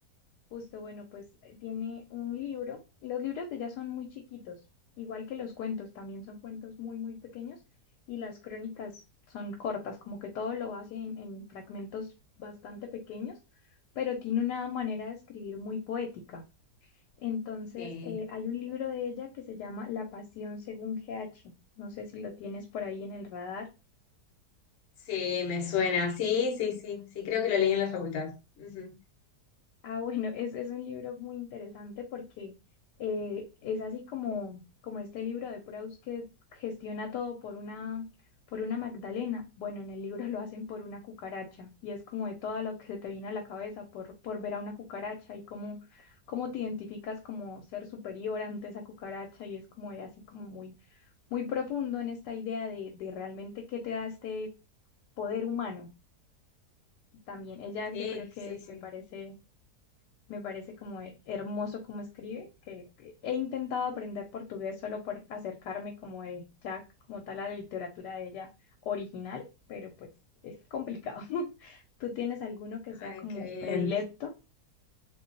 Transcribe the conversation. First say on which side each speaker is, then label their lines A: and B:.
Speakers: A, on the left; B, on the left.
A: justo, bueno, pues eh, tiene un libro. Los libros de ella son muy chiquitos, igual que los cuentos, también son cuentos muy, muy pequeños y las crónicas son cortas, como que todo lo hace en en fragmentos bastante pequeños, pero tiene una manera de escribir muy poética. Entonces,
B: Sí,
A: eh, hay un libro de ella que se llama La Pasión según GH. No sé si lo tienes por ahí en el radar.
B: sí, me suena. Sí, sí, sí, sí, creo que lo leí en la facultad. Ujú.
A: Ah, <laughs> bueno, es, es un libro muy interesante porque eh, es así como, como este libro de Proust que gestiona todo por una, por una Magdalena. Bueno, en el libro <laughs> lo hacen por una cucaracha y es como de todo lo que se te viene a la cabeza por, por ver a una cucaracha y cómo, cómo te identificas como ser superior ante esa cucaracha y es como de así como muy muy profundo en esta idea de, de realmente qué te da este poder humano también. Ella
B: Sí,
A: yo creo que
B: sí, sí.
A: me parece, me parece como he- hermoso como escribe, que, que he intentado aprender portugués solo por acercarme como de ya como tal a la literatura de ella original, pero pues es complicado. <laughs> ¿Tú tienes alguno que sea
B: Ay,
A: como
B: qué bien.
A: predilecto?